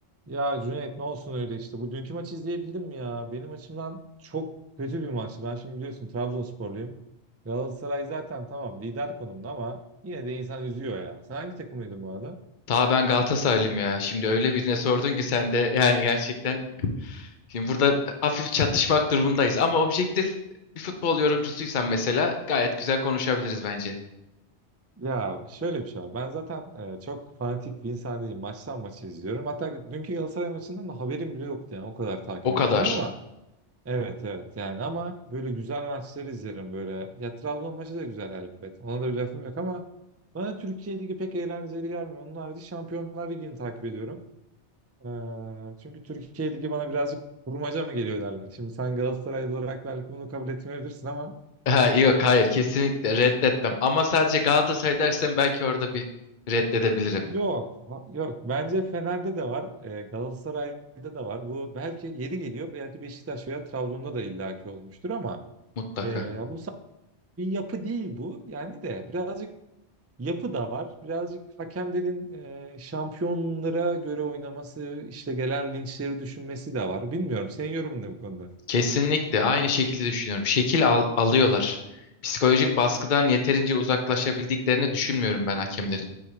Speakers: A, on the right (about 20°); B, on the left (about 45°).
A: Ya Cüneyt ne olsun öyle işte. Bu dünkü maçı izleyebildin mi ya? Benim açımdan çok kötü bir maçtı. Ben şimdi biliyorsun Trabzonsporluyum. Galatasaray zaten tamam lider konumda ama yine de insan üzüyor ya. Sen hangi takımıydın bu arada?
B: Daha ben Galatasaraylıyım ya. Şimdi öyle birine sordun ki sen de yani gerçekten şimdi burada hafif çatışmak durumundayız. Ama objektif bir futbol yorumcusuysan mesela gayet güzel konuşabiliriz bence.
A: Ya şöyle bir şey var. Ben zaten e, çok fanatik bir insan değilim. Maçtan maçı izliyorum. Hatta dünkü Galatasaray maçından da haberim bile yoktu yani. O kadar takip
B: O kadar.
A: etmiyorum ama
B: <laughs>
A: Evet evet yani ama böyle güzel maçları izlerim böyle. Ya Trabzon maçı da güzel elbet. Ona da bir lafım yok ama bana Türkiye Ligi pek eğlenceli gelmiyor. Onun harici Şampiyonlar Ligi'ni takip ediyorum. Ee, çünkü Türkiye Ligi bana birazcık kurmaca mı geliyor derler. Şimdi sen Galatasaraylı olarak belki bunu kabul etmeyebilirsin ama
B: Ha, yok hayır kesinlikle reddetmem. Ama sadece Galatasaray dersen belki orada bir reddedebilirim.
A: yok ha- yok. Bence Fener'de de var. Ee, Galatasaray'da da var. Bu belki yeri geliyor. Belki Beşiktaş veya Trabzon'da da illaki olmuştur ama
B: Mutlaka.
A: e, ya bu sa- bir yapı değil bu. Yani de birazcık yapı da var. Birazcık hakemlerin e, şampiyonlara göre oynaması, işte gelen linçleri düşünmesi de var. Bilmiyorum. Senin yorumun ne bu konuda?
B: Kesinlikle aynı şekilde düşünüyorum. Şekil al- alıyorlar. Psikolojik baskıdan yeterince uzaklaşabildiklerini düşünmüyorum ben hakemlerin.